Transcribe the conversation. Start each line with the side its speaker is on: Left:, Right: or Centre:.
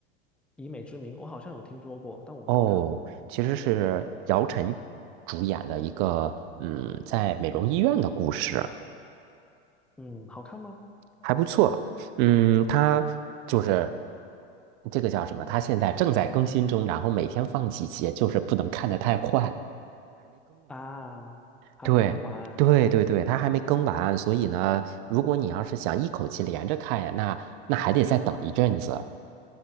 Centre: 以美之名，我好像有听说过，但我没有看过。
Right: 哦，其实是姚晨主演的一个，嗯，在美容医院的故事，
Centre: 嗯，好看吗？
Right: 还不错。嗯，它就是这个叫什么？它现在正在更新中，然后每天放几集，就是不能看得太快。
Centre: 啊，还没更完。
Right: 对对对对，它还没更完，所以呢，如果你要是想一口气连着看呀，那那还得再等一阵子。